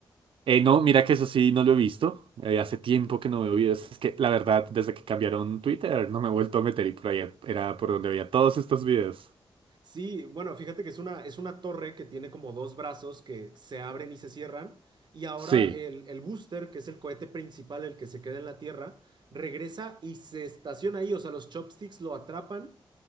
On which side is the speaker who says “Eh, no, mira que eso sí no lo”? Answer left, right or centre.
Right